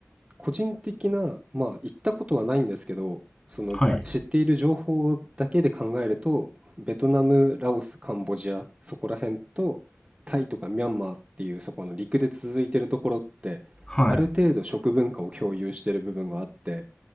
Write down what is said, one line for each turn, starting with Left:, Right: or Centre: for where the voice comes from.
Right: 個人的な、まあ行ったことはないんですけど、その知っている情報だけで考えると、
Left: はい。
Right: ベトナム、ラオス、カンボジア、そこら辺と、タイとかミャンマーっていうそこの陸で続いてるところって、
Left: はい。
Right: ある程度食文化を共有してる部分があって、